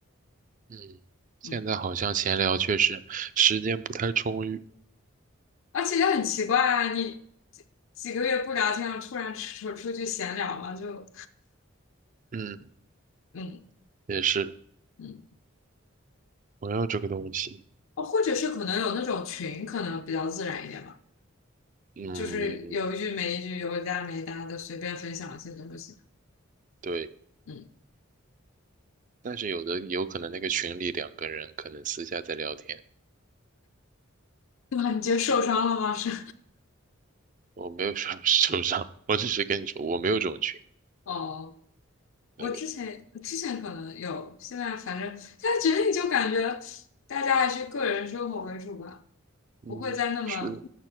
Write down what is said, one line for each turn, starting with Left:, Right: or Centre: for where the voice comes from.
Right: 嗯，现在好像闲聊确实时间不太充裕。
Left: 嗯，而且也很奇怪啊，你几几个月不聊天了，突然出出去闲聊嘛，就
Right: 嗯，
Left: 嗯
Right: 也是
Left: 嗯，
Right: 朋友这个东西。
Left: 哦，或者是可能有那种群，可能比较自然一点吧。
Right: 嗯，
Left: 就是有一句没一句，有搭没搭的，随便分享一些东西。
Right: 对。
Left: 嗯，
Right: 但是有的有可能那个群里两个人可能私下在聊天，
Left: 对吧？你觉得受伤了吗？是，
Right: 我没有说 <laughs> 受伤，我只是跟你说我没有这种群。
Left: <laughs> 哦，我之前之前可能有，
Right: 呃，
Left: 现在反正现在决定就感觉大家还是个人生活为主吧，
Right: 嗯，
Left: 不会再那么
Right: 是，